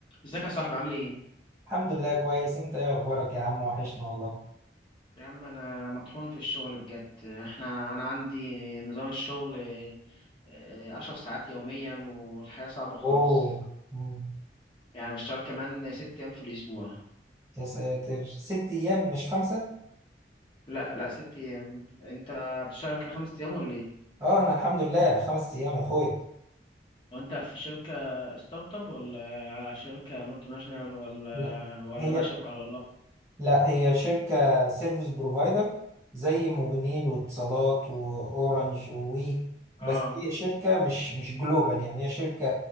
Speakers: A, on the left (about 25°); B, on the right (about 15°).
A: ازيك يا صاحبي عامل ايه؟
B: الحمد لله كويس انت ايه اخبارك يا عم وحشنا والله
A: يا عم انا مطحون في الشغل بجد احنا انا عندي نظام الشغل آه، عشر ساعات يوميا والحياة صعبة خالص
B: اوه مم.
A: يعني بشتغل كمان ست ايام في الاسبوع
B: يا ساتر ست ايام مش خمسة
A: لا لا ست ايام انت بتشتغل كده خمس ايام ولا ايه؟
B: اه انا الحمد لله خمس ايام يا اخويا
A: هو انت في شركة ستارت اب ولا شركة مالتي ناشونال ولا
B: لا
A: ولا
B: هي
A: بقى شركة على الله؟
B: لا هي شركة سيرفيس بروفايدر زي موبينيل واتصالات واورنج ووي
A: اه
B: بس هي شركة مش مش جلوبال يعني هي شركة